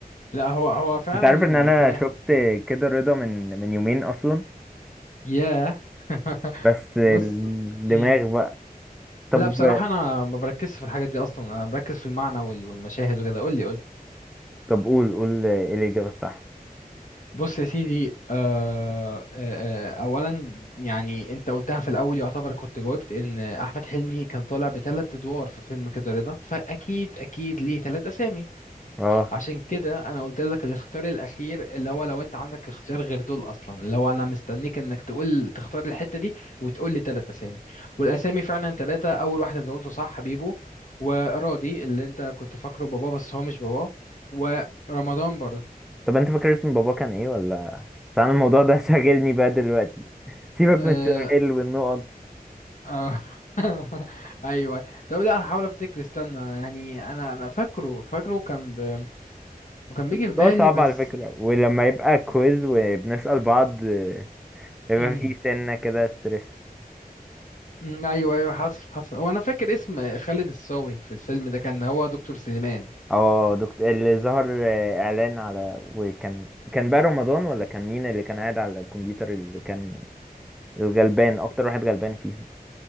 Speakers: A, on the left (about 55°); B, in the centre.
A: لا هو هو فعلا
B: انت عارف ان انا
A: يمكن ايه
B: شفت
A: مم.
B: كده رضا من من يومين اصلا
A: ياه <laughs>
B: بس الدماغ
A: بص مم.
B: بقى طب
A: لا بصراحة انا ما بركزش في الحاجات دي اصلا انا بركز في المعنى وال- والمشاهد وكده قول لي قول لي
B: طب قول قول ايه الاجابه الصح
A: بص يا سيدي آه آه آه، اولا يعني انت قلتها في الاول يعتبر كنت جاوبت ان احمد حلمي كان طالع بثلاث ادوار في فيلم كده رضا فاكيد اكيد ليه ثلاث اسامي
B: اه
A: عشان كده انا قلت لك الاختيار الاخير اللي هو لو انت عندك اختيار غير دول اصلا اللي هو انا مستنيك انك تقول تختار الحتة دي وتقول لي ثلاث اسامي والاسامي فعلا ثلاثة اول واحد انت قلته صح بيبو وراضي اللي انت كنت فاكره باباه بس هو مش باباه ورمضان برضه
B: طب انت فاكر اسم بابا كان ايه ولا بس انا الموضوع ده <laughs> شاغلني بقى دلوقتي سيبك
A: آه،
B: من السؤال والنقط
A: اه <laughs> ايوه طب لا هحاول افتكر استنى يعني انا انا فاكره فاكره كان ب... وكان بيجي
B: الموضوع
A: في بالي
B: صعب
A: بس
B: على فكرة ولما يبقى كويز وبنسأل بعض آه، يبقى
A: أمم،
B: في سنة كده ستريس
A: أمم، ايوه ايوه حصل حصل هو انا فاكر اسم خالد الصاوي في الفيلم ده كان هو دكتور سليمان
B: اه دكتور اللي ظهر آه، اعلان على وكان كان بقى رمضان ولا كان مين اللي كان قاعد على الكمبيوتر اللي كان الغلبان اكتر واحد غلبان فيهم